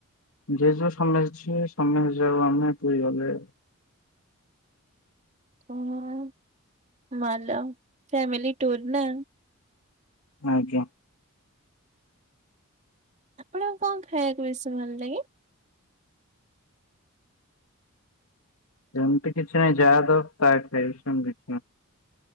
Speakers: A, on the left; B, on the right.
A: ଜେଜ ସମଛେ ଯିବେ ସମୟ ଯାଉ ଆମେ ପୁରୀ ଗଲେ।
B: ହଁ ଭଲ ଫ୍ୟାମିଲି ଟୁୁର ନା?
A: ଆଜ୍ଞା।
B: ଆପଣଙ୍କୁ କଣ ଖାଇବାକୁ ବେଶୀ ଭଲ ଲାଗ?
A: ସେମିତି କିଛି ନାହିଁ ଯାହା ଦବ ତା ଖାଇବି। ସେମିତି କିଛି ନାହିଁ।